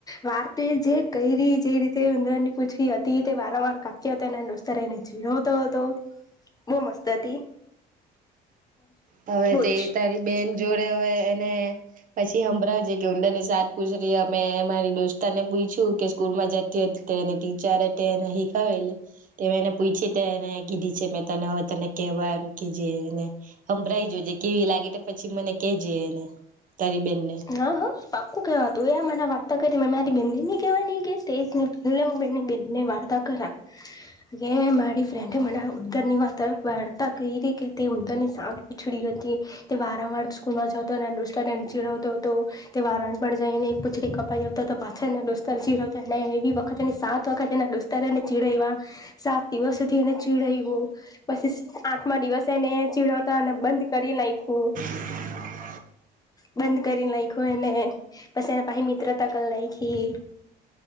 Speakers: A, on the left; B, on the right.
A: વા તો જે કયરી જે રી તે ઉદરા ની પૂછકી હતી તે વારંવાર કાપ્યા હતા અને દોસ્ત ને ચીણતો હતો. બો મસ્ત હતી.
B: હવે
A: બોજ
B: તે તારી બેન જોડે હવે એને પછી હંભળાવ જે કે ઊંડા ની સાત પૂછરી અમે મામારી દોસ્તા ને પૂયછું કે સ્કૂલ માં જતી હ તેની ટીચરે તેને હીખવેલી તે મે એને પૂછી તેને કીધી છે મે તને હવે તને કેવા એમ કેજે એને સંંભરાઈ જો જે કેવી લાગે પછી મને કેજે એને તારી બેનને
A: હ હ પાક્કું કેવા તું એ મને વાર્તા કીધી મે મારી બેનીને ની કેવાની કે તે જ ને પેલે હું બેની બેની વાર્તા કરા મે મારી ફ્રેન્ડે મને ઉંદરની વાત વાર્તા કહી કે તે ઉંદરની સાંજ પીછડી હતી તે વારંવાર સ્કૂલ માં જતો હતો અને અને દોસ્તાર એને ચીડતો હતો. તો તે વારાણ પર જઈને એક પુછડી કપાઈ આવતા તો પાછળ ડોસ્તર ચીરવતો હતો એવી વખતની સાત ખત એના દોસ્તાર એને ચીડવા સાત દિવસ સુધી એને ચીડ્યો પછી આઠમા દિવસેને ચીડાવતા અને બંધ કરી નાખ્યું
B: <inaudible>
A: બંધ કરી નાયખુ એને પછી એને પાહી મિત્રતા કલ લાયખી